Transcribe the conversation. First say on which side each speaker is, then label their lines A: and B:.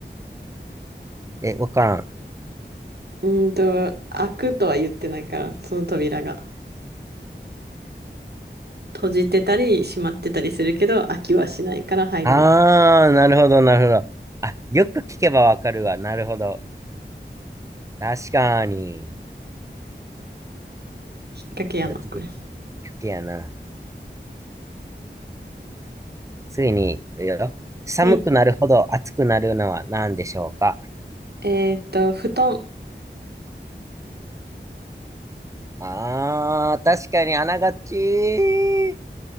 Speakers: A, on the right (about 15°); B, on the right (about 60°).
A: え、わからん。
B: <laughs> うーんと、開くとは言ってないから、その扉が。閉じてたり、閉まってたりするけど、開きはしないから入れない。
A: ああ、なるほど、なるほど。あ、よく聞けばわかるわ。なるほど。確かに。
B: 引っ掛けやな、
A: じゃあ次、
B: これは。
A: 聞けやな。ついに、いくよ寒くなるほど暑くなるのは何でしょうか
B: はい。えっと、布団。
A: ああ、確かにあながち、